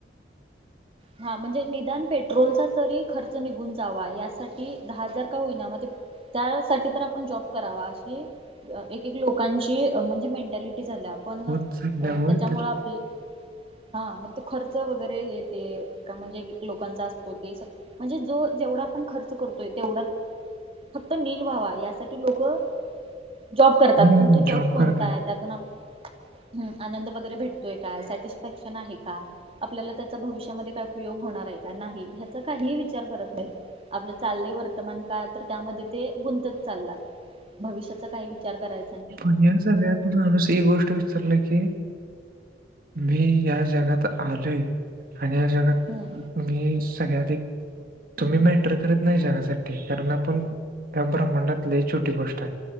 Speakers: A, on the right; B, on the right.
A: हा म्हणजे निदान पेट्रोलचा तरी खर्च निघून जावा यासाठी दहा हजार, का होईना मग ते त्यासाठी तराआपण जॉब करावा, अशी एक एक लोकांची म्हणजे मेंटॅलिटी झाल्या पण
B: होत चालल्या
A: त्याच्यामुळं
B: होय तर
A: आपले हा मग तो खर्च वगैरे हे ते, का म्हणजे एक एक लोकांचा असतो ते, म्हणजे जो जेवढा आपण खर्च करतोय तेवढा फक्त नील व्हावा, यासाठी लोकं जॉब करतात,
B: हम्म
A: पण तो जॉब कोणता
B: करतायत
A: आहे त्यातून आप हम्म, आनंद वगैरे भेटतोय का, सॅटिस्फॅक्शन आहे का, आपल्याला भविष्यामधे काय उपयोग होणार आहे का, नाही हेचा काही विचार करत नाही, आपलं चाललय वर वर्तमान काळ तर त्यामध्ये ते गुंतत चाललात, भविष्याचा काही विचार कराय
B: पण मेन सगळ्यात माणूस एक गोष्ट विसरला की मी या जगात आलोय, आणि या जगात
A: हम्म
B: ही सगळ्यात तुम्ही मॅटर करत नाही जगासाठी, कारण आपण या ब्रम्हांडात लय छोटी गोष्ट हाय,